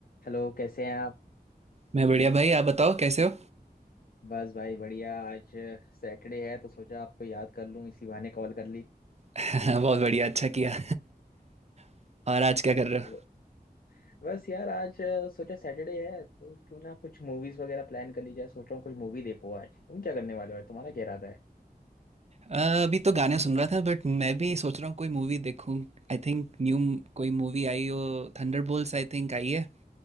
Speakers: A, on the left (about 60°); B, on the right (about 40°).
A: Hello कैसे हैं आप
B: मैं बढ़िया भाई आप बताओ कैसे हो
A: बस भाई बढ़िया आज सैटरडे है तो सोचा आपको याद कर लूं इसी बहाने कॉल कर ली
B: <laughs> बहुत बढ़िया अच्छा किया <laughs> और आज क्या कर रहे हो
A: तो बस यार आज अ, सोचा सैटरडे है तो क्यों ना कुछ मूवीज वगैरह प्लान कर ली जाए सोच रहा हूँ कुछ मूवी देखो आज तुम क्या करने वाले हो आज? तुम्हारा क्या इरादा है
B: अ, अभी तो गाने सुन रहा था बट मैं भी सोच रहा हूँ कोई मूवी देखूँ आई थिंक न्यू कोई मूवी आई हो थंडरबोल्ट्स आई थिंक आई है